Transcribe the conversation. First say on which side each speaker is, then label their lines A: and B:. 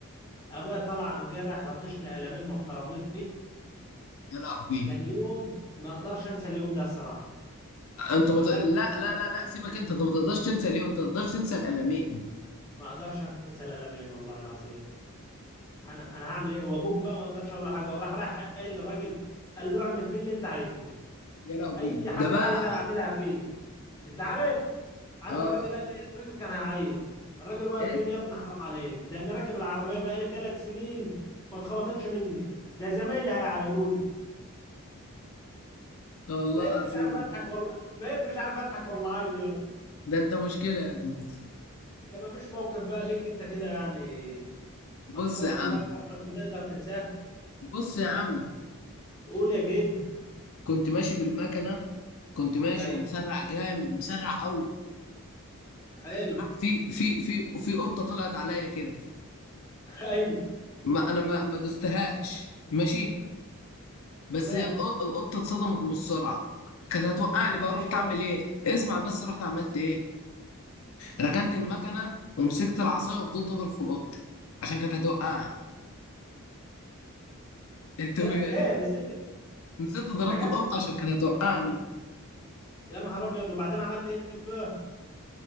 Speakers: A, on the left; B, on the left.
A: ابويا طلع قام جرح لطشني قلمين محترمين
B: يا لهوي
A: كان يوم ما اقدرش انسى اليوم ده الصراحه
B: انت
A: ما
B: مت...
A: اقدرش
B: لا لا لا لا سيبك انت انت ما تقدرش تنسى ليه انت ما تقدرش تنسى الالمين
A: ما اقدرش انسى القلمين والله العظيم انا انا هعمل ايه وابوك بقى ما اقدرش اقول له حاجه وراح رايح قايل للراجل قال له اعمل فيه اللي انت عايزه
B: يا لهوي
A: اي حاجه
B: ده بقى
A: عايزها اعملها فيه انت عارف عارف
B: اه
A: الراجل قال لي الراجل كان هيعيط الراجل واقف
B: إيه؟
A: يقول لي يا ابني حرام عليك ده انا راكب العربيه بقالي ثلاث سنين ما اتخبطتش مني ده زمايلي هيعايروني
B: والله
A: بقيت
B: العظيم
A: مش عارف اضحك ولا بقيت مش عارف اضحك ولا اعيط
B: ده انت مشكلة يا ابني
A: انت ما فيش موقف بقى ليك انت كده يعني محفور
B: بص يا عم
A: في دماغك عمرك ما تقدر تنساه
B: بص يا عم
A: قول يا جد
B: كنت ماشي بالمكنة كنت ماشي
A: ايوه
B: ومسرع جامد مسرع قوي
A: حلو
B: في في في في قطة طلعت عليا كده
A: <laughs> ايوه
B: ما انا ما ما دوستهاش ماشي بس
A: تمام
B: هي الق- القطة اتصدمت من السرعة كانت هتوقعني
A: عملت
B: بقى
A: ايه
B: رحت
A: بقى
B: اعمل ايه اسمع بس رحت عملت ايه ركنت المكنة ومسكت العصاية وفضلت اضرب في القطة عشان كانت هتوقعني <laughs> انت
A: لا
B: يا
A: ايه
B: ريت
A: نزلت
B: نسيت ضربت
A: ركبت
B: القطة عشان كانت هتوقعني
A: يا نهار ابيض وبعدين عملت ايه بقى